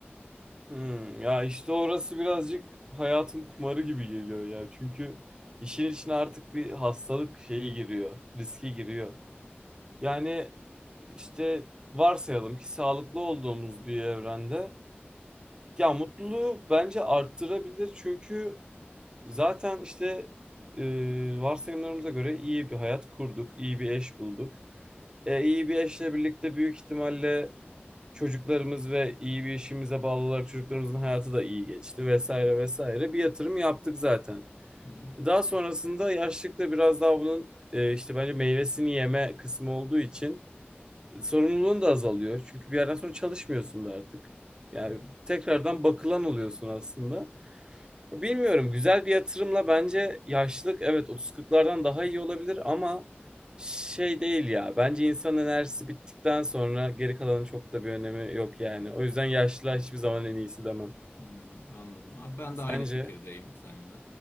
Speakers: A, on the right; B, on the left.
A: Hmm, ya işte orası birazcık hayatın kumarı gibi geliyor ya. Çünkü işin içine artık bir hastalık şeyi giriyor, riski giriyor. Yani işte varsayalım ki sağlıklı olduğumuz bir evrende ya mutluluğu bence arttırabilir çünkü Zaten işte e, varsayımlarımıza göre iyi bir hayat kurduk, iyi bir eş bulduk. E, iyi bir eşle birlikte büyük ihtimalle çocuklarımız ve iyi bir işimize bağlılar çocuklarımızın hayatı da iyi geçti vesaire vesaire. Bir yatırım yaptık zaten.
B: Hı hı,
A: Daha sonrasında yaşlılıkta biraz daha bunun e, işte bence meyvesini yeme kısmı olduğu için sorumluluğun da azalıyor. Çünkü bir yerden sonra çalışmıyorsun da artık. Yani
B: hı hı.
A: tekrardan bakılan oluyorsun aslında. Bilmiyorum güzel bir yatırımla bence yaşlılık evet 30-40'lardan daha iyi olabilir ama şey değil ya. Bence insan enerjisi bittikten sonra geri kalanın çok da bir önemi yok yani. O yüzden yaşlılığa hiçbir zaman en iyisi demem.
B: Hmm, anladım. Abi ben
A: Sence?
B: de aynı fikirdeyim seninle.